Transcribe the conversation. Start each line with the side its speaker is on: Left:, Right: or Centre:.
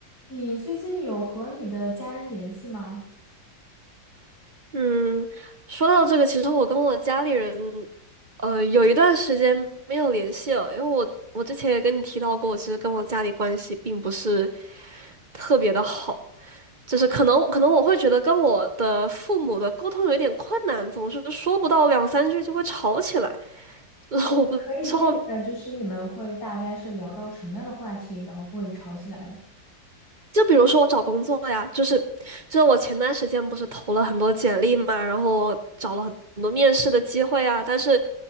Left: 你最近有和你的家人联系吗？
Right: 嗯，说到这个，其实我跟我家里人，呃，有一段时间没有联系了，因为我我之前也跟你提到过，我其实跟我家里关系并不是特别的好，就是可能可能我会觉得跟我的父母的沟通有一点困难，总是说不到两三句就会吵起来，<laughs> 然后我不知道
Left: 我我可以问一下，就是你们会大概是聊到什么样的话题，然后会吵起来呢？
Right: 就比如说我找工作呀，就是就是我前段时间不是投了很多简历嘛，然后找了很多面试的机会啊，但是